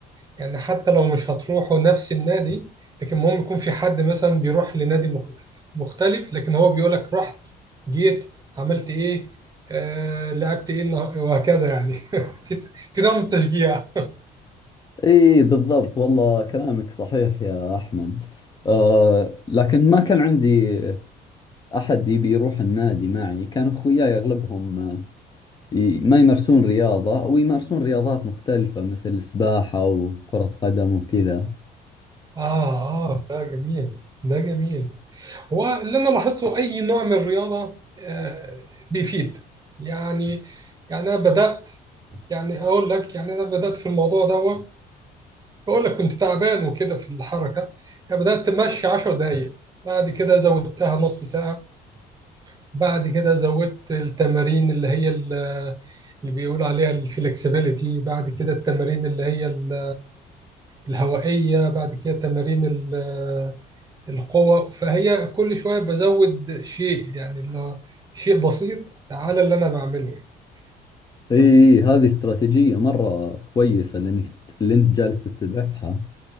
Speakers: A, on the right (about 20°); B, on the left (about 25°).
A: يعني حتى لو مش هتروحوا نفس النادي لكن المهم يكون في حد مثلا بيروح لنادي مخ- مختلف لكن هو بيقول لك رحت جيت عملت ايه آه لعبت ايه النهار- وهكذا يعني <laughs> في في نوع من التشجيع
B: اي بالضبط والله كلامك صحيح يا احمد آه لكن ما كان عندي احد يبي يروح النادي معي كان اخوياي اغلبهم آه، ي- ما يمارسون رياضة او يمارسون رياضات مختلفة مثل السباحة وكرة قدم وكذا
A: اه اه ده جميل ده جميل هو اللي انا لاحظته اي نوع من الرياضه آه بيفيد يعني يعني انا بدات يعني اقول لك يعني انا بدات في الموضوع دوت بقول لك كنت تعبان وكده في الحركة يعني بدأت تمشي 10 دقايق بعد كده زودتها نص ساعة بعد كده زودت التمارين اللي هي ال- اللي بيقول عليها الفلكسبيليتي بعد كده التمارين اللي هي ال- الهوائية بعد كده تمارين ال- القوة فهي كل شوية بزود شيء يعني اللي هو شيء بسيط على اللي أنا بعمله يعني.
B: اي
A: اه
B: هذه استراتيجية مرة كويسة اللي انك اللي انت جالس تتبعها